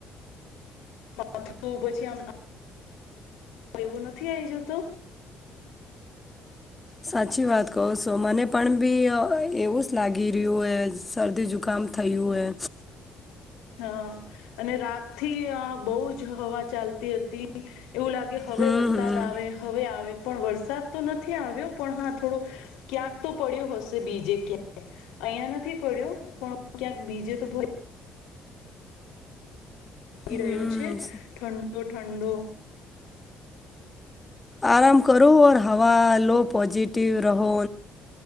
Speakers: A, on the left; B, on the left.
A: માથું પછીમ એવું નથી આવી જતો
B: સાચી વાત કહો છો. મને પણ બી એવું જ લાગી રહ્યું હ શરદી ઝુ કામ થયું હય
A: હા અને રાત થી આ બહુ જ હવા ચાલતી હતી. એવું લાગે હવે
B: હમ
A: વરસાદ
B: હમ
A: આવે હવે આવે પણ વરસાદ તો નથી આવ્યો પણ હા થોડો ક્યાંક તો પડ્યો હશે બીજે ક્યાં અહીંયાં યા નથી પડ્યો પણ ક્યાંક બીજે તો ભ લાગી
B: તો ભલે પડ્યો ઠંડો
A: રહ્યો છે. ઠંડો ઠંડો
B: આરામ કરો ઔર હવા લો પૉઝિટિવ રહો.